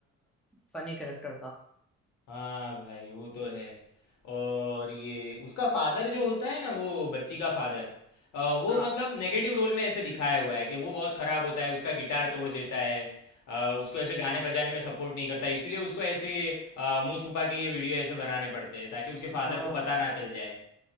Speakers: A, in the centre; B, on the left (about 75°).
A: फनी कैरेक्टर था
B: हाँ भाई वो तो है और ये उसका फादर जो होता है ना वो बच्ची का फादर वो
A: हाँ
B: मतलब नेगेटिव रोल में ऐसे दिखाया हुआ है कि वो बहुत खराब होता है उसका गिटार तोड़ देता है अ, उसको ऐसे गाने
A: हाँ
B: बजाने में सपोर्ट नहीं करता है इसलिए उसको ऐसे अ, मुंह छुपा के ये वीडियो ऐसे बनाने पड़ते हैं ताकि उसके
A: हाँ
B: फादर को पता ना चल जाए